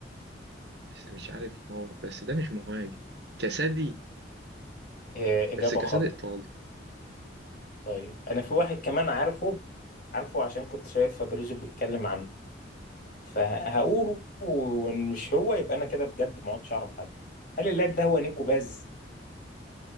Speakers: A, on the right; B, on the left.
A: بس مش عارف ما هو بس ده مش مهاجم كسادي
B: آه اجابه
A: بس كصديق
B: خاطئه
A: طالب
B: طيب انا في واحد كمان عارفه عارفه عشان كنت شايف فابريزو بيتكلم عنه فهقوله ومش هو يبقى انا كده بجد ما عدتش اعرف حد هل اللاعب ده هو نيكو باز